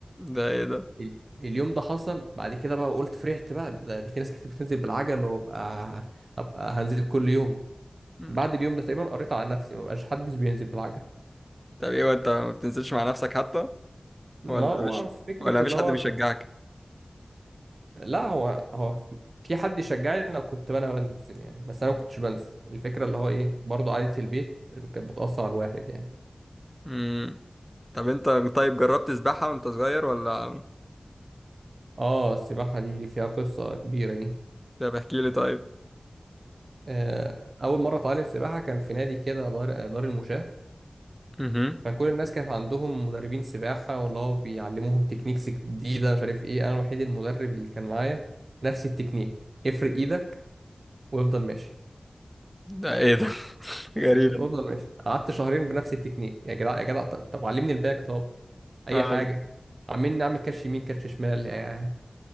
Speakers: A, in the centre; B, on the right.
A: ده ايه ده
B: ال- اليوم ده حصل بعد كده بقى قلت فرحت بقى ده دي في ناس كتير بتنزل بالعجل وابقى هبقى هنزل كل يوم
A: مم.
B: بعد اليوم ده تقريبا قريت على نفسي ما بقاش حدش بينزل بالعجل
A: طب ايه وانت ما بتنزلش مع نفسك حتى
B: ما
A: ولا
B: هو
A: مش
B: فكره
A: ولا
B: اللي
A: مفيش
B: هو
A: حد بيشجعك
B: كنت لا هو هو في حد يشجعني لو كنت انا بنزل يعني بس انا ما كنتش بنزل الفكره اللي هو ايه برضه قعده البيت كانت بتاثر على الواحد يعني
A: امم طب انت طيب جربت سباحه وانت صغير ولا
B: اه السباحه دي فيها قصه كبيره دي
A: طب احكي لي طيب
B: آه، أول مرة أتعلم سباحة كان في نادي كده دار دار المشاة
A: امم
B: فكل الناس كانت عندهم مدربين سباحة والله هو بيعلموهم تكنيكس جديدة مش عارف إيه أنا الوحيد المدرب اللي كان معايا نفس التكنيك افرد إيدك وافضل ماشي
A: ده ايه ده <laughs> غريب
B: يفضل- افضل ماشي قعدت شهرين بنفس التكنيك يا جدع يا جدع طب, طب علمني الباك طب أي
A: آه،
B: حاجة عمالين نعمل كاتش يمين كاتش شمال يعني